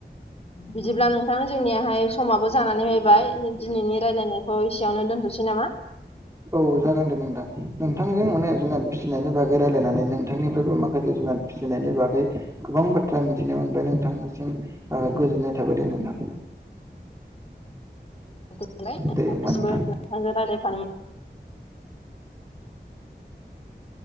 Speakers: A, on the left; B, on the right.
A: बिदिब्ला नोंथां जोंनियाहाय समाबो जानानै फैबाय। दिनैनि रायज्लायनायखौ एसेयावनो दोनथ'सै नामा?
B: औ जागोन दे नोंथां नोंथांजों माने जुनाद फिसिनायनि बागै रायजलायनानै नोंथांनिफ्रायबो माखासे जुनाद फिसिनायनि बागै गोबां बाथ्रा मिथिनो मोनबाय नोंथांनिसिम गोजोननाय थाबाय दे नोंथां।
A: नोंथसिमबो
B: दे होमबा नोंथां
A: नोंथांजों रायज्लायफानो मो